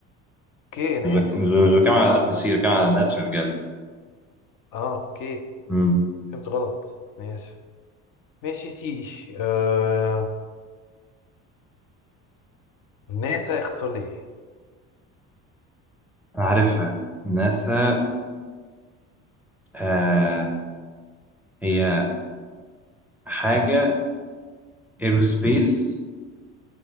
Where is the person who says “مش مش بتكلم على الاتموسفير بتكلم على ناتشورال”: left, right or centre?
Centre